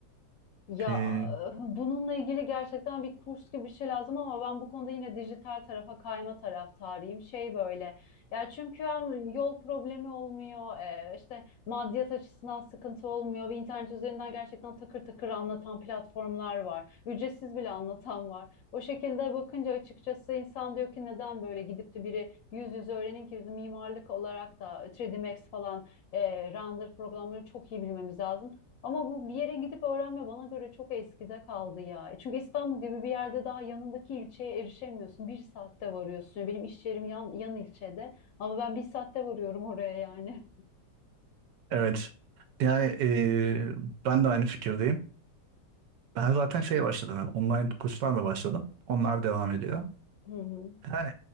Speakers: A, on the left; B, on the right.
A: Ya
B: Ee,
A: bununla ilgili gerçekten bir kurs gibi bir şey lazım ama ben bu konuda yine dijital tarafa kayma taraftarıyım. Şey böyle. Ya çünkü hem yol problemi olmuyor, e, işte maddiyat açısından sıkıntı olmuyor ve internet üzerinden gerçekten takır takır anlatan platformlar var. Ücretsiz bile anlatan var. O şekilde bakınca açıkçası insan diyor ki neden böyle gidip de biri yüz yüze öğrenin ki biz mimarlık olarak da 3D Max falan e, render programlarını çok iyi bilmemiz lazım. Ama bu bir yere gidip öğrenme bana göre çok eskide kaldı ya. E, Çünkü İstanbul gibi bir yerde daha yanındaki ilçeye erişemiyorsun. Bir saatte varıyorsun. Ya Benim iş yerim yan, yan ilçede ama ben bir saatte varıyorum oraya yani.
B: evet. Yani e, ben de aynı fikirdeyim. Ben zaten şey başladım. yani online kurslarla başladım. Onlar devam ediyor.
A: <laughs> Hı hı.
B: Yani